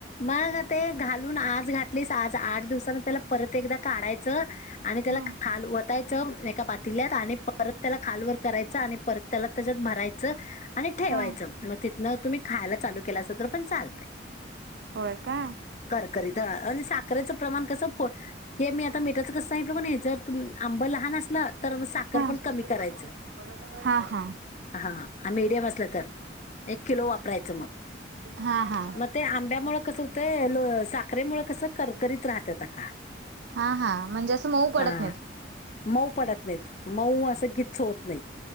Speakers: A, on the left; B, on the right.
A: मग ते घालून आज घातलीस आज आठ दिवसन त्याला परत एकदा काढायचं. आणि त्याला
B: हम्म
A: खाल वतायचं, एका पातील्यात आणि परत त्याला खाल वर करायचं आणि परंत त्यांला त्यांच्यात भरायचं आणि ठेवायचं
B: हा
A: मंग न तुम्हीं खायांला चालूं केलं असं तरं पणं चालतंय
B: होय का?
A: करकरीत. आणि साखरेचं प्रमाण कसं- हे मी आता मीठाचं कसं सांगितलं. म्हणे जर तु आंब लहान असलं तर मग साखर
B: हा
A: पण कमी करायचं.
B: <unintelligible> हा हा.
A: हा हा. मीडियम असलं तर, एक किलो वापरायचं मग.
B: हा हा.
A: मग ते आंब्यामुळे कसं होतंए? साखरेमुळे कसं कर करीत राहतात का-
B: हा हा. म्हणजे असं मऊ पडत
A: हा
B: नाहीत.
A: मऊ पडत नाहीत. मऊ असं गीच्च होत नाहीत.